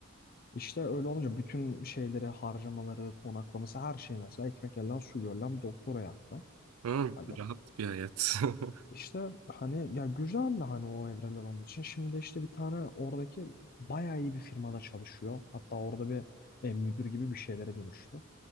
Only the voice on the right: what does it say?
Hı,
rahat bir hayat. <laughs>